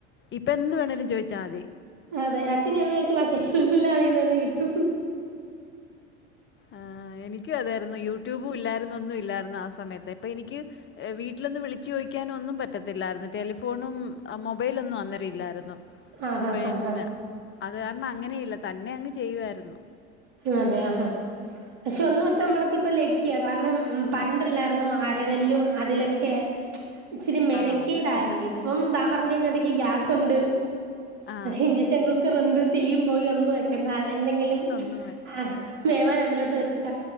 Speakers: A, on the left; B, on the right.
A: ഇപ്പ എന്ത് വേണേലും ചോദിച്ചാൽ മതി
B: അതെ അച്ഛനേം അമ്മനേം ഒഴിച്ച് ബാക്കി എല്ലാ അതീന്ന് തന്നെ കിട്ടും
A: ആഹ് എനക്ക് അതായിരുന്നു യൂട്യൂബും ഇല്ലായിരുന്നൊന്നും ഇല്ലായിരുന്നു ആഹ് സമയത്ത് ഇപ്പൊ എനിക്ക് വീട്ടിലൊന്ന് വിളിച്ചു ചോദിക്കാന് ഒന്നും പറ്റ് പറ്റത്തില്ലായിരുന്നു ടെലിഫോണും മൊബൈലൊന്നും അന്നേരം ഇല്ലായിരുന്നു
B: ആഹ് ആഹ്
A: പിന്നെ
B: ആഹ്
A: അത് കാരണം അങ്ങനെയില്ല തന്നെ അങ്ങ് ചെയ്യുമായിരുന്നു
B: അതെ ആഹാ പക്ഷെ ഒന്ന് ഓർത്ത നമ്മളൊക്കെ ഇപ്പ ലകി കിയ കാരണം പണ്ടല്ലായിരുന്നോ അരകല്ലും അതിലൊക്കെ ഇച്ചിരി മെനക്കീടായിരുന്നു
A: ആ അത് നേരാ.
B: ഇപ്പം എന്താ പറഞ്ഞന്ന ഇടക്ക് ഗ്യാസുണ്ട്
A: ആ
B: ഇഞ്ചക്ഷൻ കുക്ക്റുണ്ട് തീയും പുകയും ഒന്നും ഏക്കണ്ട എന്തെങ്കിലും
A: <unintelligible>
B: ആഹ് വേവാൻ അതിലോട്ട് വെക്ക